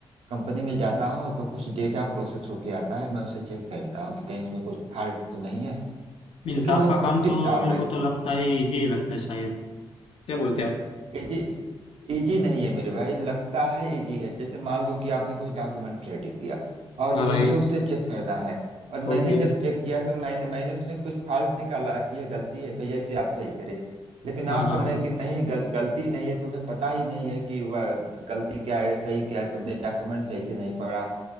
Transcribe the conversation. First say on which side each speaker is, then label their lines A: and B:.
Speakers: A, on the right (about 80°); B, on the left (about 65°).
A: कंपनी में जाता हूँ तो कुछ डेटा प्रोसेस होके आता है मैं उसे चेक करता हूँ कि कहीं उसमें कुछ फॉल्ट तो नहीं है
B: मीन्स
A: लेकिन
B: आपका
A: बहुत
B: काम
A: हेक्टिक
B: तो
A: काम
B: मेरे
A: है
B: को तो लगता है इजी लगता है शायद क्या बोलते हैं आप
A: इजी इजी नहीं है मेरे भाई लगता है इजी है जैसे मान लो कि आपने कोई डॉक्यूमेंट रेडी किया और
B: हाँ
A: मुझे
B: राइट
A: उसे चेक करना है और मैंने
B: ओके हाँ right,
A: जब
B: okay,
A: चेक किया तो मैंने मैंने उसमें कुछ फॉल्ट निकाला कि ये गलती है भैया इसे आप सही करें लेकिन
B: हाँ
A: आप
B: हाँ
A: कह रहे हैं कि नहीं गल, गलती नहीं है तुम्हें पता ही नहीं है कि वह गलती क्या है सही क्या है तुमने डॉक्यूमेंट सही से नहीं पढ़ा